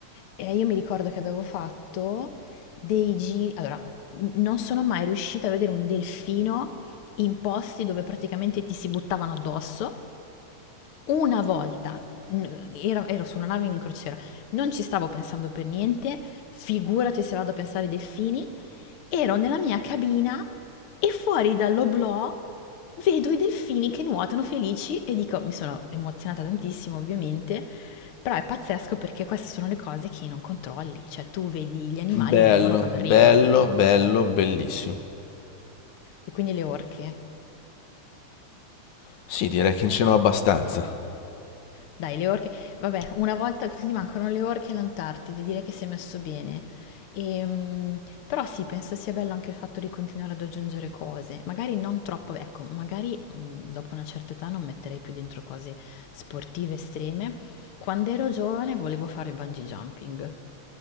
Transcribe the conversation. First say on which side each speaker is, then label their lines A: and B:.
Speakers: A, on the left; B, on the left.
A: eh, io mi ricordo che avevo fatto dei giri, allora n- non sono mai riuscita a vedere un delfino in posti dove praticamente ti si buttavano addosso. Una volta n- ero, ero su una nave in crociera, non ci stavo pensando per niente, figurati se vado a pensare ai delfini. Ero nella mia cabina e fuori dall'oblò vedo i delfini che nuotano felici e dico, mi sono emozionata tantissimo ovviamente, però è pazzesco perché queste sono le cose che non controlli, cioè tu vedi gli animali
B: Bello,
A: arrivano quando
B: bello,
A: arrivano
B: bello, bellissimo.
A: e quindi le orche.
B: Sì, direi che ce n'ho abbastanza. <laughs>
A: Dai, le orche, vabbè, una volta che ti mancano le orche e l'Antartide, direi che si è messo bene. Ehm, però sì, penso sia bello anche il fatto di continuare ad aggiungere cose, magari non troppo, ecco, magari mh, dopo una certa età non metterei più dentro cose sportive estreme. Quando ero giovane volevo fare bungee jumping.